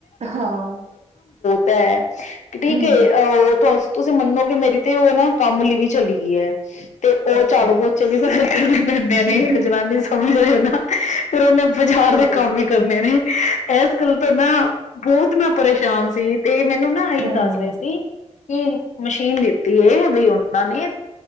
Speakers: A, on the right; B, on the left.
A: ਹਾਂ।
B: ਆ ਠੀਕ
A: ਹੂੰ
B: ਏ ਅਹ ਉਹ ਤਾਂ ਤੁਸੀਂ ਮੰਨੋਗੇ ਮੇਰੀ ਤੇ ਉਹ ਨਾ ਕੰਮ ਲਈ ਵੀ ਚਲੀ ਗਈ ਆ। ਤੇ ਉਹ
A: ਅੱਛਾ
B: ਝਾੜੂ ਪੋਚੇ ਵੀ ਸਾਰੇ ਕਰਨੀ ਪੈਂਦੇਆਂ
A: ਸਹੀ
B: ਨੇ ਇੱਕ ਜਨਾਨੀ ਸਮਝ ਰਹੇ ਹੋ ਨਾ, ਫਿਰ ਉਹਨੇ ਬਾਜ਼ਾਰ
A: ਗੱਲ
B: ਦੇ ਕੰਮ ਵੀ ਕਰਨੇ
A: ਆ
B: ਨੇ ਇਸ ਗੱਲ ਤੋਂ ਨਾ ਬਹੁਤ ਮੈਂ ਪਰੇਸ਼ਾਨ ਸੀ ਤੇ, ਮੈਨੂੰ ਨਾ ਇਹਈ
A: ਹੂੰ
B: ਦੱਸ ਰਿਹੇ ਸੀ ਕਿ ਮਸ਼ੀਨ ਲਿਤੀ ਆ, ਬਈ ਉਹ ਪਤਾ ਨਹੀਂ